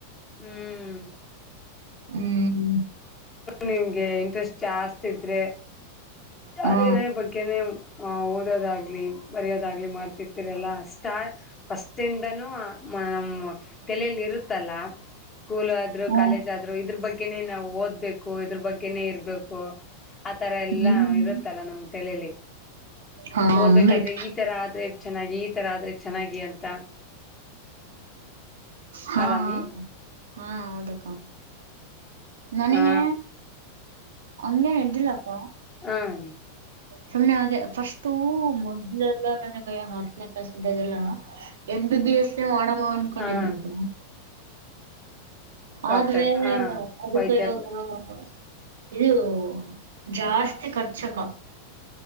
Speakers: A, on the left; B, on the right.
A: ಹ್ಮ್
B: ಹ್ಮ್
A: ನಿಮ್ಗೆ ಇಂಟ್ರೆಸ್ಟ್ ಜಾಸ್ತಿ ಇದ್ರೆ
B: ಹಾ
A: ಅದಿರೆ ಬಗ್ಗೆ ಬಗ್ಗೆನೇ ಓದೋದಾಗಲಿ ಬರೆಯೋದಾಗಲಿ ಮಾಡ್ತಿರ್ತರಲ್ಲ ಸ್ಟಾ ಫಸ್ಟ್ ಫಸ್ಟ್ ಇಂದನು ಮ ಮ ತಲೆಲಿ ಇರುತ್ತಲ್ಲ ಸ್ಕೂಲ್ ಆದ್ರು
B: ಹಾ
A: ಕಾಲೇಜ್ ಆದ್ರು ಇದ್ರ ಬಗ್ಗೆನೇ ನಾವು ಓದ್ಬೇಕು ಇದ್ರ ಬಗ್ಗೆನೇ ಇರ್ಬೇಕು ಆತರ ಎಲ್ಲಾ
B: ಹ್ಮ್
A: ಇರುತ್ತಲ್ಲ ನಮ್ ತಲೆಯಲ್ಲಿ
B: ಹಾ
A: ಓದ್ಬೇಕಾದ್ರೆ
B: ಹಂಗೈತ್
A: ಈ ಈತರ ಆದ್ರೆ ಚೆನ್ನಾಗಿ ಈತರ ಆದ್ರೆ ಚೆನ್ನಾಗಿ ಅಂತ
B: ಹಾ
A: ಅಲಮಿ
B: ಹಾ ಹಾ ಹೂಂ ಹೌದಕ್ಕಾ. ನನಗೆ
A: ಹ
B: ಹಂಗೆನ್ ಎಲ್ದಿಲ್ಲಕ್ಕ
A: ಹಾಂ
B: ಸುಮ್ನೆ ಹಾಗೆ ಫಸ್ಟು ಮೊ ಇಲ್ಲ್ ಇಲ್ಲ್ ನನಗೆ ಹತ್ತನೇ ಕ್ಲಾಸ್ ಇದ್ದಾಗೆಲ್ಲ ಎಂ ಬಿ ಬಿ ಎಸ್ ಮಾಡಮ <unintelligible>
A: ಹಾ ಡಾಕ್ಟರ್
B: ಆದ್ರೆ
A: ಹಾ
B: ಅದಕ್ಕೆ
A: ವೈದ್ಯರ್
B: ಇವಾಗ <unintelligible> ಇದು ಜಾಸ್ತಿ ಕರ್ಚಕ